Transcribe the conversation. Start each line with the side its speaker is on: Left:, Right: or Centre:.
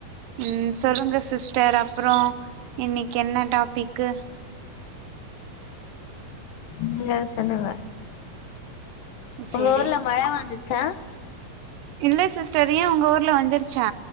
Right: ம் சொல்லுங்க சிஸ்டர் அப்புற இன்னைக்கு என்ன டாபிக்கு
Left: நீங்க ஏதா சொல்லுவே உங்க
Right: சேரி
Left: ஊர்ல மழை வந்துச்சா
Right: இல்ல சிஸ்டர் ஏ உங்க ஊர்ல வந்துருச்சா